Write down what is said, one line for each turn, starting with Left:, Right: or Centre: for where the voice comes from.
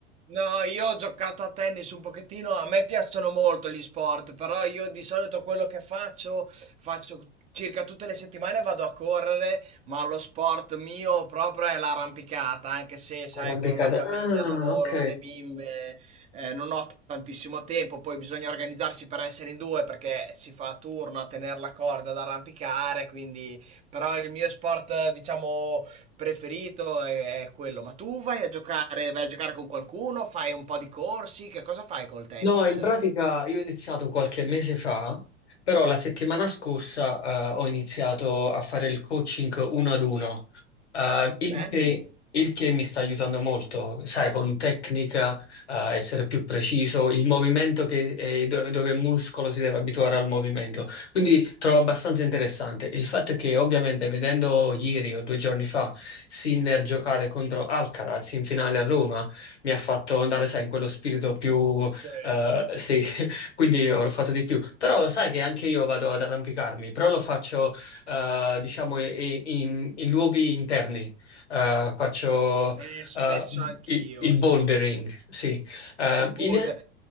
Right: No, io ho giocato a tennis un pochettino, a me piacciono molto gli sport, però io di solito quello che faccio, faccio circa tutte le settimane vado a correre, ma lo sport mio proprio è l'arrampicata, anche se sai
Left: Arrampicata.
Right: con la famiglia,
Left: Ah,
Right: lavoro,
Left: ok.
Right: le bimbe, eh, non ho tantissimo tempo, poi bisogna organizzarsi per essere in due perché si fa a turno a tenere la corda ad arrampicare, quindi però il mio sport, eh, diciamo preferito è, è quello. Ma tu vai a giocare, vai a giocare con qualcuno, fai un po' di corsi, che cosa fai col tennis?
Left: No, in pratica io ho iniziato qualche mese fa, però la settimana scorsa eh, ho iniziato a fare il coaching uno ad uno, eh, il
Right: Bello.
Left: che, il che mi sta aiutando molto, sai, con tecnica, eh, essere più preciso, il movimento che, eh, do- dove il muscolo si deve abituare al movimento. Quindi trovo abbastanza interessante. Il fatto è che ovviamente vedendo ieri o due giorni fa Sinner giocare contro Alcaraz in finale a Roma, mi ha fatto andare, sai, in quello spirito più
Right: Ci credo.
Left: eh, sì, <laughs> quindi ho fatto di più. Però sai che anche io vado ad arrampicarmi, però lo faccio, eh, diciamo, i- i- in, in luoghi interni. Eh, faccio,
Right: Eh, spesso
Left: eh,
Right: anch'io.
Left: i- il,
Right: s-
Left: bouldering, sì. Eh,
Right: E il boulder.
Left: in-